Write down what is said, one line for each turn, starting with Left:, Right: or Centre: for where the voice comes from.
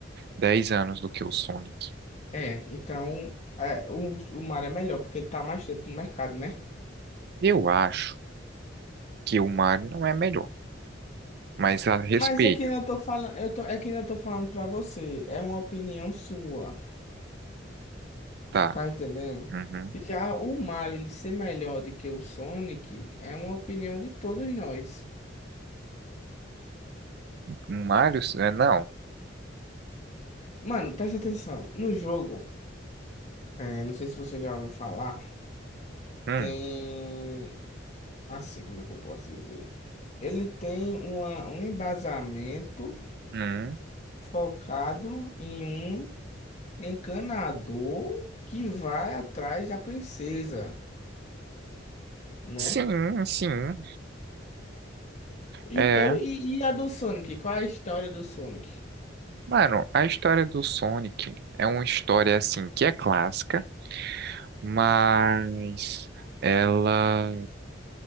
Right: dez anos do que o Sonic.
Left: É, então é, o, o mar é melhor porque ele tá mais tempo no mercado, né?
Right: Eu acho. que o Mario não é melhor, mas a respeito,
Left: Mas é que eu tô falando, eu tô, é que eu tô falando pra você, é uma opinião sua,
Right: tá?
Left: tá entendendo?
Right: Uhum.
Left: E Já o Mario ele ser melhor do que o Sonic é uma opinião de todos nós.
Right: O Mario, é, não.
Left: Mano, preste atenção, no jogo, é, não sei se você já ouviu falar,
Right: Hum,
Left: tem assim, como é que eu posso dizer? Ele tem uma, um embasamento
Right: hum.
Left: focado em um encanador que vai atrás da princesa, né?
Right: Sim, sim.
Left: Então,
Right: É,
Left: e, e a do Sonic? Qual é a história do Sonic?
Right: mano, a história do Sonic é uma história assim que é clássica, mas ela